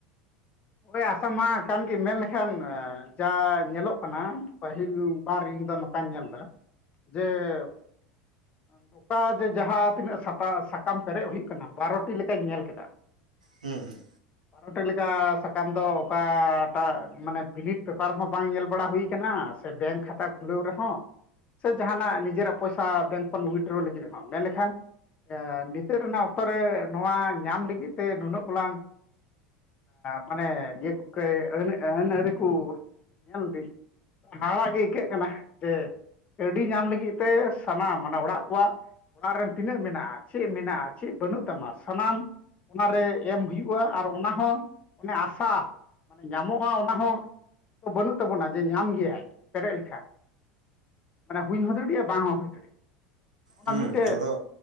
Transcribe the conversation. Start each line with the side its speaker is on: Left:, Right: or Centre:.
Left: ᱦᱳᱭ ᱟᱥᱟ ᱢᱟ ᱠᱟᱱ ᱜᱮ ᱢᱮᱱ ᱞᱮᱹᱠᱷᱟᱱ ᱡᱟ ᱧᱮᱞᱚᱜ ᱠᱟᱱᱟ ᱯᱟᱹᱦᱤᱞ ᱵᱟᱨ ᱤᱧ ᱫᱚ ᱱᱚᱠᱟᱹ ᱚᱠᱟᱧ ᱧᱮᱞ ᱮᱫᱟᱹ ᱡᱮᱸ ᱱᱚᱝᱹᱠᱟ ᱡᱮ ᱡᱟᱦᱟᱸ ᱛᱤᱱᱟᱹᱜ ᱥᱟᱛᱟ ᱥᱟᱠᱟᱢ ᱯᱮᱨᱮᱡ ᱦᱩᱭᱩᱜᱹ ᱠᱟᱱᱟ, ᱵᱟᱨᱚᱴᱤ ᱞᱮᱠᱟᱧ ᱧᱮᱞ ᱠᱮᱫᱟ᱾
Right: ᱦᱮᱸ ᱦᱮᱸ
Left: ᱯᱟᱨᱚᱴ ᱞᱮᱠᱟᱹ ᱥᱟᱠ ᱠᱟᱱ ᱫᱚ ᱚᱠᱟᱴᱟᱜᱹ ᱢᱟᱹᱱᱮ ᱵᱤᱞᱤᱰ ᱯᱮᱯᱟᱨ ᱦᱚᱸ ᱵᱟᱝ ᱧᱮᱞ ᱵᱟᱲᱟ ᱦᱩᱭ ᱟᱸᱠᱟᱱᱟ ᱥᱮ ᱵᱮᱝᱠ ᱠᱷᱟᱛᱟ ᱠᱷᱩᱞᱟᱹᱣ ᱨᱮᱦᱚᱸ ᱥᱮ ᱡᱟᱦᱟᱸᱱᱟᱜ ᱱᱤᱡᱮᱨᱟᱜ ᱯᱚᱭᱥᱟᱹ ᱵᱮᱝᱠ ᱠᱷᱚᱱ ᱩᱭᱰᱨᱚ ᱞᱟᱹᱜᱤᱫ ᱨᱮᱦᱚᱸ ᱢᱮᱱ ᱞᱮᱠᱷᱟᱱ ᱦᱮᱸ ᱱᱤᱛᱚᱜ ᱨᱮᱱᱟᱜ ᱚᱠᱛᱚ ᱨᱮ ᱱᱚᱣᱟᱹ ᱧᱟᱢ ᱞᱟᱹᱜᱤᱫ ᱛᱮ ᱱᱩᱱᱟᱹᱜ ᱜᱚᱞᱟᱝ ᱢᱟᱱᱮ ᱤᱭᱟᱹ ᱠᱚ ᱟᱹᱱ ᱟᱹᱱ ᱟᱹᱨᱤ ᱠᱚ ᱧᱮᱞ ᱫᱤ ᱦᱟᱦᱟ ᱲᱟᱜ ᱜᱮ ᱟᱹᱭᱠᱟᱹᱜ ᱠᱟᱱᱟ ᱡᱮ ᱠᱟᱹᱰᱤ ᱧᱟᱢ ᱞᱟᱹᱜᱤᱫ ᱛᱮ ᱥᱟᱱᱟᱢ ᱢᱟᱱᱮ ᱚᱲᱟᱜ ᱠᱚᱣᱟᱜ ᱚᱲᱟᱜ ᱨᱮᱱ ᱛᱤᱱᱟᱹᱜ ᱢᱮᱱᱟᱜᱼᱟ ᱪᱮᱫ ᱢᱮᱱᱟᱜᱼᱟ ᱪᱮᱫ ᱵᱟᱹᱱᱩᱜ ᱛᱟᱢᱟ ᱥᱟᱱᱟᱢ ᱚᱱᱟᱨᱮ ᱮᱢ ᱦᱩᱭᱩᱜᱼᱟ ᱟᱨ ᱚᱱᱟ ᱦᱚᱸ ᱚᱱᱮ ᱟᱥᱟ ᱢᱟᱱᱮ ᱧᱟᱢᱚᱜᱼᱟ ᱚᱱᱟ ᱦᱚᱸ ᱵᱟᱹᱱᱩᱜ ᱛᱟᱵᱚ ᱱᱟ ᱡᱮ ᱧᱟᱢ ᱜᱮᱭᱟᱭ, ᱯᱮᱨᱮᱡ ᱞᱮ ᱠᱷᱟᱱ᱾ ᱢᱟᱱᱮ ᱦᱩᱭ ᱦᱚᱸ ᱫᱟᱲᱮᱭᱟᱜᱼᱟ ᱵᱟᱝ ᱦᱚᱸ ᱦᱩᱭ ᱫᱟᱲᱮᱭᱟᱜᱼᱟ ᱱᱚᱜᱼ ᱱᱟ
Right: ᱦᱩᱸ
Left: ᱢᱤᱫ ᱴᱮᱡ
Right: ᱟᱫᱚ